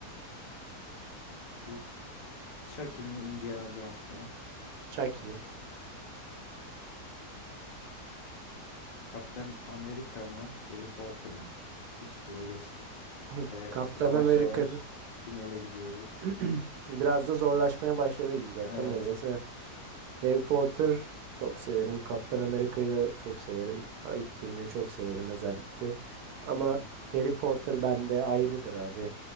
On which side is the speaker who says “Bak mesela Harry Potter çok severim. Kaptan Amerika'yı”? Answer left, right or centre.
Right